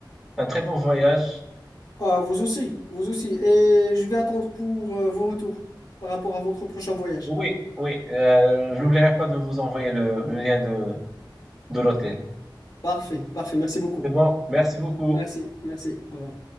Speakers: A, in the centre; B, on the left.
A: un très bon voyage.
B: Ah, vous aussi, vous aussi. Et je vais attendre pour euh, vos retours par rapport à votre prochain voyage.
A: Oui, oui. Euh, je n'oublierai pas de vous envoyer le, le lien de, de l'hôtel.
B: Parfait, parfait. Merci beaucoup.
A: C'est bon. Merci beaucoup.
B: Merci, merci. Au revoir.